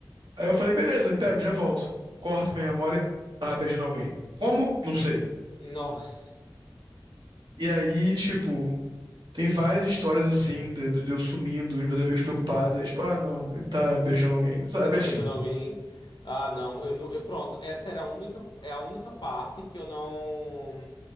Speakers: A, on the right; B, on the left.
A: Aí eu falei, beleza, pego, já volto. Corta minha memória, tava beijando alguém. Como? Não sei.
B: Nossa.
A: E aí, tipo, tem várias histórias assim, de, de eu sumindo, os meus amigos preocupados. Aí, tipo, ah, não, ele tá beijando alguém, <laughs> sabe?
B: Eu tô
A: É, tipo,
B: beijando alguém. Ah, não. Eu, não- eu- pronto, essa era a única, é a única parte que eu não.